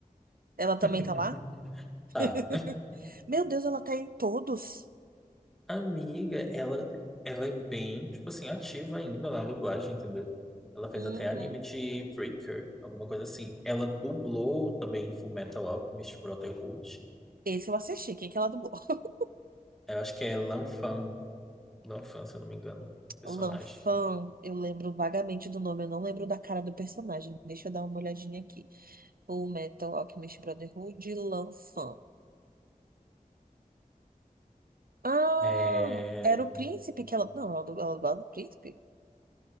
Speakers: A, on the right; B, in the centre.
A: Ela também
B: <laughs>
A: tá lá?
B: Tá.
A: <laughs> Meu Deus, ela tá em todos.
B: Amiga, ela, ela é bem, tipo assim, ativa ainda na dublagem, entendeu? Ela fez
A: Uhum.
B: até anime de Breaker, alguma coisa assim. Ela dublou também em Fullmetal Alchemist Brotherhood.
A: Esse eu assisti. Quem que ela dublou? <laughs>
B: Eu acho que é Lanfan, Lanfan, se eu não me engano, personagem.
A: Lanfan, eu lembro vagamente do nome, eu não lembro da cara do personagem. Deixa eu dar uma olhadinha aqui. O Metal Alchemist Brotherhood, Lanfan. Ah,
B: É...
A: era o príncipe que ela. Não, ela dubla, ela dubla o príncipe.